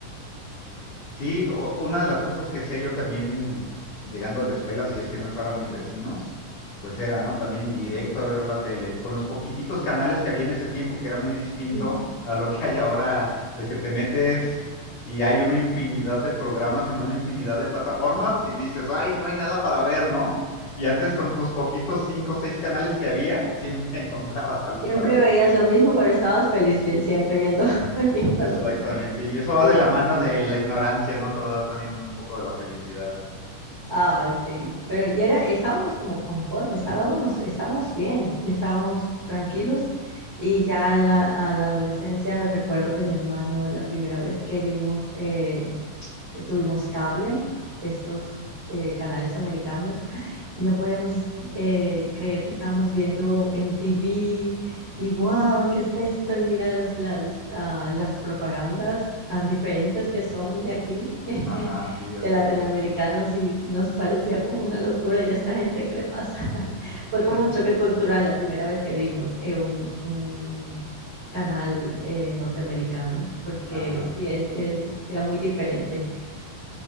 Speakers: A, on the left; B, on the right.
A: Sí, o- una de las cosas que hacía yo también llegando de la escuela, si es que no estaban mis vecinos, pues era, ¿no? También directo a ver la tele, con los poquititos canales que había en ese tiempo, que era muy distinto
B: Ujú.
A: a lo que hay ahora, de que te metes y hay una infinidad de programas en una infinidad de plataformas y dices, ay, no hay nada para ver, ¿no? Y antes con tus poquitos cinco o seis canales que había, siempre <laughs> encontrabas algo
B: Siempre
A: para ver.
B: veías lo mismo, pero estabas feliz vi- siempre viendo, <laughs> viendo
A: Exactamente,
B: lo mismo.
A: y eso va
B: Sí,
A: de la mano
B: y ya
A: de la ignorancia, ¿no? Te da también un poco de la felicidad.
B: Ay, sí, pero y era, estábamos como conformes, estábamos, estábamos bien y estábamos tranquilos. Y ya a la, a la adolescencia recuerdo que mi hermano, la primera vez que vimos, eh, tuvimos cable de estos eh, canales americanos y no podíamos eh, creer que estábamos viendo MTV y wow, ¿qué es esto? Y mira las, las, ah, las propagandas tan diferentes que son de aquí, <laughs>
A: Ajá, sí, así
B: de latinoamericanos
A: es.
B: y nos parecía como una locura y a esta gente, ¿qué le pasa? <laughs> Fue
A: <laughs>
B: como un choque cultural la primera vez que vimos eh, un, un canal eh, norteamericano, porque
A: Ajá.
B: sí, es, es- era muy diferente.